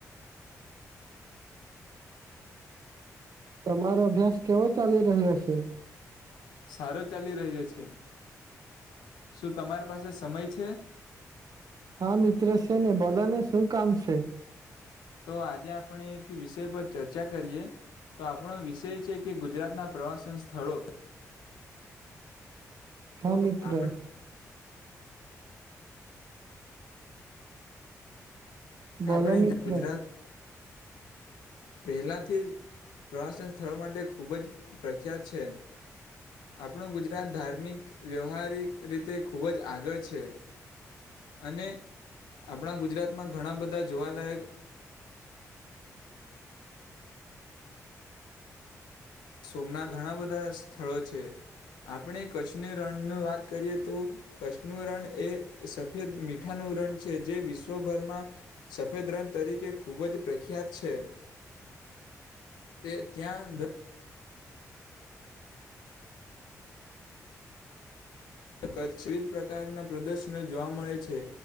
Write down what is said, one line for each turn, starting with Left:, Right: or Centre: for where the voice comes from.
Right: તમારો અભ્યાસ કેવો ચાલી રહ્યો હશે
Left: સારો ચાલી રહ્યો છે શું તમારી પાસે સમય છે
Right: હા મિત્ર છે ને બોલો ને શું કામ છે
Left: તો આજે આપણે એક વિષય પર ચર્ચા કરીએ તો આપણો વિષય છે કે ગુજરાતના પ્રવાસન સ્થળો
Right: હા
Left: તો
Right: મિત્ર
Left: આપણે
Right: બોલો
Left: આપણે
Right: મિત્ર
Left: ગુજરાત પહેલાંથી જ પ્રવાસન સ્થળો માટે ખૂબ જ પ્રખ્યાત છે આપણું ગુજરાત ધાર્મિક વ્યવહારિક રીતે ખૂબ જ આગળ છે અને આપણા ગુજરાતમાં ઘણા બધા જોવાલાયક સોમના ઘણા બધા સ્થળો છે આપણે કચ્છની રણની વાત કરીએ તો કચ્છ નું રણ એ સફેદ મીઠાનું રણ છે જે વિશ વિશ્વભરમાં સફેદ રન તરીકે ખૂબ જ પ્રખ્યાત છે તે ત્યાં કચ્છવીધ પ્રકારના પ્રદર્શનો જોવા મળે છે